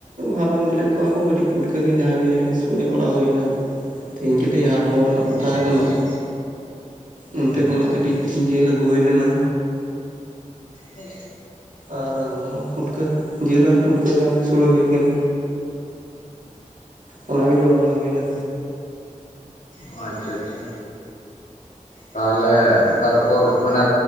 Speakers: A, on the right; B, on the left.
A: ᱦᱟᱞᱟᱝ ᱟᱜᱩᱞᱮᱫ ᱠᱚᱣᱟ ᱠᱚ ᱠᱟᱹᱴᱤᱡ ᱯᱷᱩᱴᱠᱟᱹ ᱜᱮ ᱡᱟᱦᱟᱸ ᱜᱮ ᱥᱳᱲᱮ ᱵᱟᱲᱟ ᱦᱩᱭ ᱮᱱᱟ ᱛᱮᱦᱤᱧ ᱠᱟᱹᱴᱤᱡ ᱦᱟᱴ ᱨᱮᱱᱟᱜ
B: ᱟᱪᱪᱷᱟ
A: ᱛᱟᱦᱮᱸ
B: ᱟᱪᱪᱷᱟ
A: ᱠᱟᱱᱟ
B: ᱟᱪᱪᱷᱟ
A: ᱚᱱᱛᱮ
B: ᱟᱪᱪᱷᱟ
A: ᱠᱷᱚᱱᱟᱜ ᱠᱟᱹᱴᱤᱡ ᱡᱤᱞ ᱟᱹᱜᱩ ᱦᱩᱭ ᱞᱮᱱᱟ
B: ᱦᱩᱸ
A: ᱟᱨ ᱯᱩᱴᱠᱟᱹ ᱡᱮᱞ ᱟᱨ ᱯᱩᱴᱠᱟᱹ ᱜᱮ ᱥᱳᱲᱮ ᱦᱩᱭ ᱠᱟᱱᱟ ᱚᱱᱟ ᱜᱮ ᱡᱚᱢ ᱵᱟᱲᱟ ᱦᱩᱭᱱᱟ
B: ᱚ ᱟᱪᱪᱷᱟ ᱟᱪᱪᱷᱟ ᱛᱟᱦᱞᱮ ᱛᱟᱨᱯᱚᱨ ᱚᱱᱮ